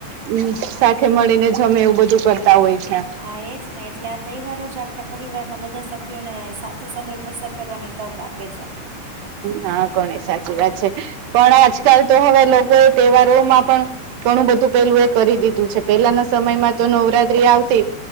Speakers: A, on the right; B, on the right.
A: હમમ
B: હા
A: સાથે મળીને જમે એવું બધું કરતા હોય છે.
B: હા એજ ને એટલે આ તહેવાર જ આપણા પરિવારના બધા સભ્યોને સાથે સમય પસાર કરવાની તક આપે છે.
A: હા ઘણી સાચી વાત છે. પણ આજકાલ તો હવે લોકો અ તહેવારોમાં પણ ઘણું બધું પેલું એ કરી દિધુ છે. પેલાના સમયમાં તો નવરાત્રી આવતી